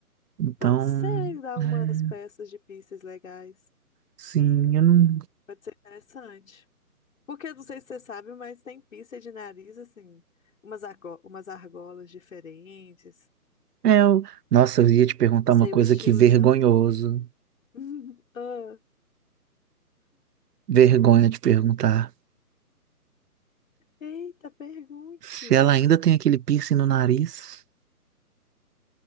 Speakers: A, on the right; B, on the left.
A: Então,
B: Pode ser dar
A: é,
B: umas peças de pieces legais.
A: sim, eu não.
B: Pode ser interessante. Porque não sei se você sabe, mas tem pieces de nariz, assim, umas, argo- umas argolas diferentes.
A: É, eu... Nossa, eu ia te perguntar
B: Não sei
A: uma coisa
B: o estilo
A: que vergonhoso.
B: dela tanto. <laughs> Ah,
A: Vergonha de perguntar.
B: eita, pergunte.
A: Se ela ainda tem aquele piercing no nariz.